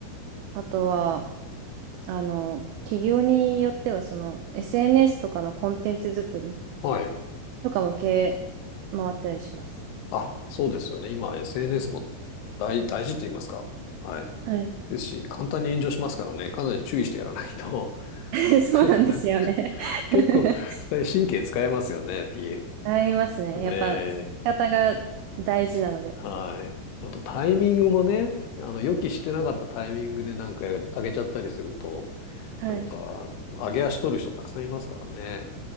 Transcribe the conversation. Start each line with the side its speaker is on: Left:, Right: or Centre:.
Right: あとは、あの、企業によっては、その、SNS とかのコンテンツ作り、
Left: はい。
Right: とかも系回ってたりします。
Left: あ、そうですよね。今、SNS も大、大事って言いますか。はい。
Right: はい。
Left: ですし、簡単に炎上しますからね。かなり注意してやらないと。
Right: <laughs> そうなんですよね。
Left: <laughs> 結構、
Right: <laughs>
Left: 神経使えますよね、PA。
Right: ありますね。やっぱ、
Left: ね
Right: 使い方が大事なので。
Left: えはい。あとタイミングもね、あの、予期してなかったタイミングでなんか上げちゃったりすると、
Right: はい。
Left: なんか、上げ足取る人たくさんいますからね。